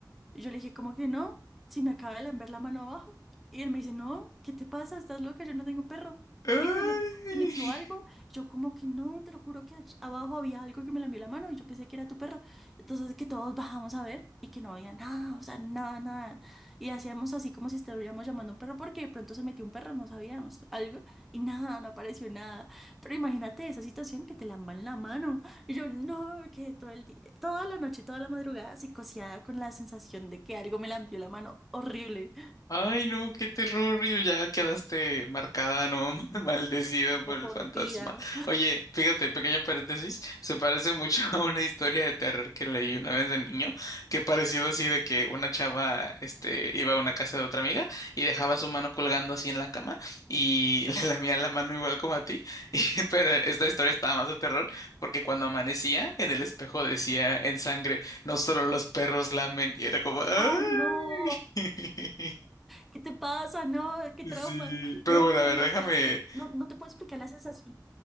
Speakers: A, in the centre; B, on the left.
A: Y yo le dije, ¿cómo que no? Si me acaba de lamber la mano abajo. Y él me dice, no, ¿qué te pasa? ¿Estás loca? Yo no tengo perro. ¿Qué?
B: Ay.
A: ¿Se metió, se metió algo? Yo como que no, te lo juro que allí abajo había algo que me lambió la mano y yo pensé que era tu perro. Entonces que todos bajamos a ver y que no había nada, o sea, nada, nada. Y hacíamos así como si estuviéramos llamando a un perro porque de pronto se metió un perro, no sabíamos algo y nada, no apareció nada. Pero imagínate esa situación que te lamban la mano. <laughs> Y yo no, quedé todo el día, toda la noche, toda la madrugada psicoseada con la sensación de que algo me lampió la mano horrible,
B: Ay, no, qué terror, y ya quedaste marcada, ¿no? <laughs> Maldecida por
A: de
B: el
A: por
B: fantasma.
A: vida.
B: Oye, fíjate, pequeño paréntesis, se parece mucho a una historia de terror que leí una vez de niño, que parecido así de que una chava, este, iba a una casa de otra amiga y dejaba su mano colgando así en la cama y <laughs> le lamía la mano igual como a ti, <laughs> y- pero esta historia estaba más de terror porque cuando amanecía en el espejo decía en sangre, no solo los perros lamen, y era como, ¡ay!
A: Ay, no,
B: <laughs>
A: ¿qué te pasa? No, qué
B: Sí,
A: trauma.
B: pero
A: No,
B: bueno,
A: pero
B: a
A: lo
B: ver,
A: mío
B: déjame.
A: es que no, no te puedo explicar la sensación.